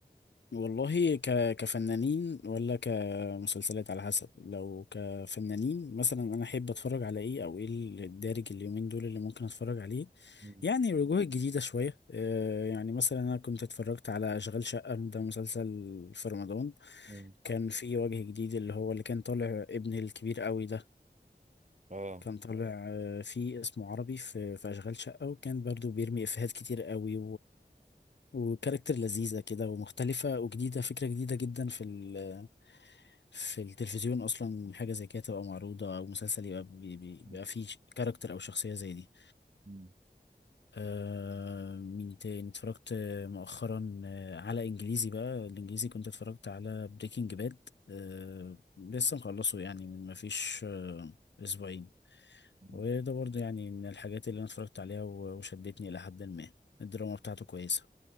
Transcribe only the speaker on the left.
والله ك... كفنانين ولا كمسلسلات على حسب لو كفنانين مثلا انا احب اتفرج على ايه او ايه الدارج اليومين دول اللي ممكن اتفرج عليه
يعني الوجوه الجديدة شوية آه يعني مثلا انا كنت اتفرجت على اشغال شقة ده مسلسل في رمضان
كان في وجه جديد اللي هو اللي كان طالع ابن الكبير قوي ده
كان طالع آه، فيه اسمه عربي في في اشغال شقة وكان برضو بيرمي افيهات كتير قوي وكاركتر لذيذة كده ومختلفة وجديدة فكرة جديدة جدا في ال في التلفزيون أصلا حاجة زي كده تبقى معروضة أو مسلسل يبقى بي- بي- بيبقى
فيه كاركتر أو شخصية زي دي
آه مين تاني اتفرجت مؤخرا آه، على إنجليزي بقى الإنجليزي كنت اتفرجت على بريكنج باد آه لسه مخلصه يعني من مفيش آه أسبوعين
وده برضه يعني من الحاجات اللي أنا اتفرجت عليها و- وشدتني إلى حد ما الدراما بتاعته كويسة